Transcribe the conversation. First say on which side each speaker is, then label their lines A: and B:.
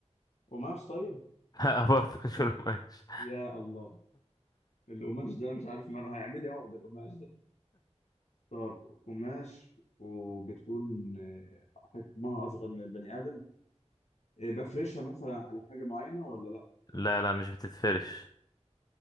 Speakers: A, on the left; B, on the left.
A: قماش طيب
B: <laughs> لا برضه مش من قماش
A: يا الله القماش ده مش عارف ماله هيعمل لي عقدة القماش ده طب قماش وبتكون آه، حجمها أصغر من البني آدم آه، بفرشها مثلا على حاجة معينة ولا لأ
B: لا لا مش بتتفرش